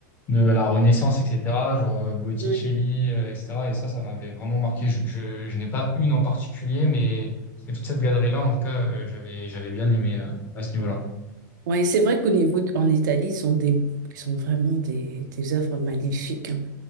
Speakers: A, on the left (about 20°); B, on the right (about 70°).
A: de la Renaissance, etc., genre euh, Botticelli,
B: Mhm.
A: euh, etc. Et ça, ça m'avait vraiment marqué. Je, je, je n'ai pas une en particulier, mais mais toute cette galerie-là, en tout cas, euh, j'avais, j'avais bien aimé euh, à ce niveau-là.
B: Oui, c'est vrai qu'au niveau, de- en Italie, ils sont des, ils sont vraiment des, des œuvres magnifiques. hein.